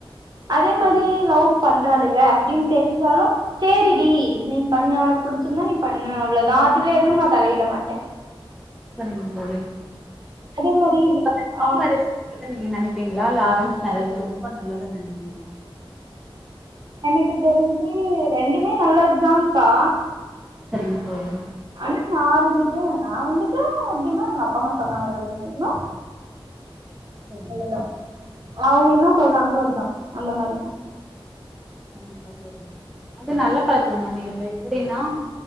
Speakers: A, on the right (about 50°); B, in the centre.
A: அதே
B: சரிங்க
A: மாரி லவ் பண்றாளு ஏ அப்டின்னு தெரிஞ்சாலு செரி டி நீ பண்ணு உனக்கு புடிச்சிருந்தா நீ பண்ணு அவ்ளோதா அதுல எதுவு நா தலையிட மாட்டே
B: சரிங்க தோழி
A: அதே மாரி
B: இப்ப லவ்
A: ஆ
B: மேரேஜ் நல்லதுன்னு நீங்க நினைப்பீங்களா இல்ல அரேஞ்ச் மேரேஜ் ரொம்ப நல்லதுனு நினைப்பீங்களா
A: எனக்கு தெரிஞ்சு ரெண்டுமே நல்லதுதான்க்கா
B: சரிவு போலு
A: ஆனா நா இருந்துட்டு நா வந்துட்டு எப்டின்னா எங்க அப்ப அம்மா சொன்னாங்களா கல்யாணோ பண்ணிக்கனு
B: சரிங்க
A: அவ்ளதா
B: தோழி
A: அவங்க என்ன சொல்றாங்களோ அதுதா அந்த மாரிதா
B: கண்டிப்பா தோழி அது நல்ல பழக்கோ தானே இப்ப எப்டின்னா